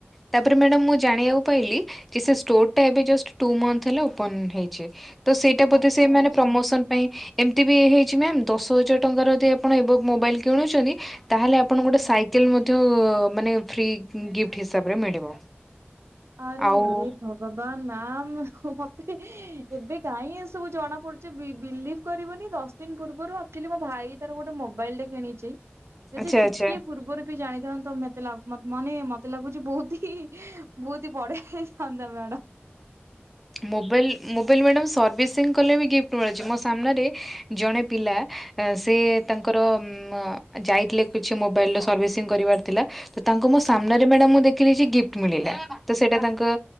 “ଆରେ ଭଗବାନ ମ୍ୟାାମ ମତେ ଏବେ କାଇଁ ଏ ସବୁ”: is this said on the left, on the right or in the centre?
Right